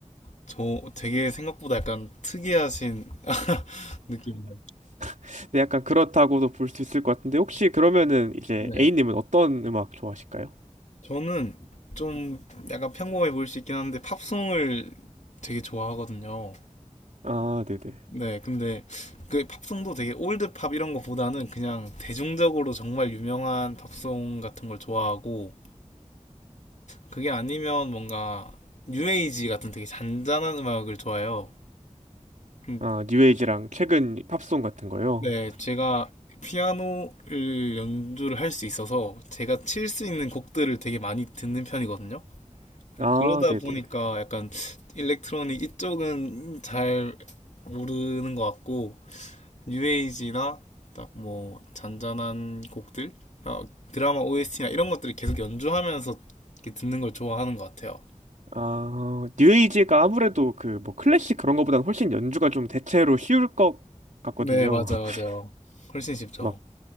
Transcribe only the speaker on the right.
<laughs> 네, 약간 그렇다고도 볼 수 있을 것 같은데 혹시 그러면은 이제
A님은 어떤 음악 좋아하실까요?
아, 네네.
아, 뉴에이지랑 최근 팝송 같은 거요.
아,
네네.
아, 뉴에이지가 아무래도 그 뭐 클래식 그런 거보다는 훨씬 연주가 좀 대체로 쉬울 것 같거든요.
<laughs>
막